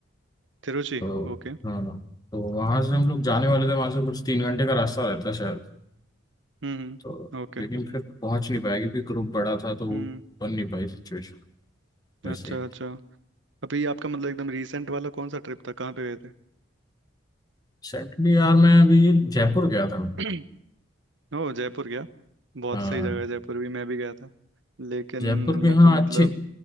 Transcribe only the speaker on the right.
Trichy
Okay
hmm Hmm
Okay
Hmm
अच्छा अच्छा अभी आपका मतलब एकदम रीसेंट वाला कौन सा ट्रिप था कहाँ पे गए थे
<clears throat> ओह जयपुर गया बहुत
सही जगह है जयपुर भी मैं भी गया था लेकिन
मैं
तो मतलब